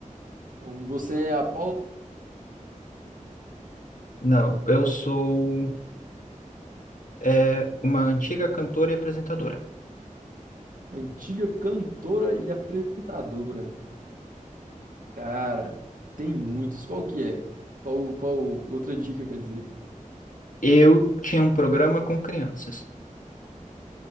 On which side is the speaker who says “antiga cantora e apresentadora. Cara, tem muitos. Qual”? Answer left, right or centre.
Right